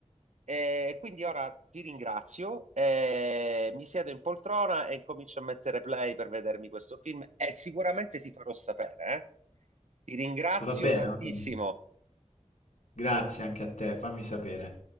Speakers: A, on the right (about 70°); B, on the left (about 75°).
A: E quindi ora ti ringrazio, e mi siedo in poltrona e comincio a mettere play per vedermi questo film e sicuramente ti farò sapere, eh. Ti ringrazio
B: Va bene,
A: tantissimo.
B: va bene. Grazie anche a te, fammi sapere.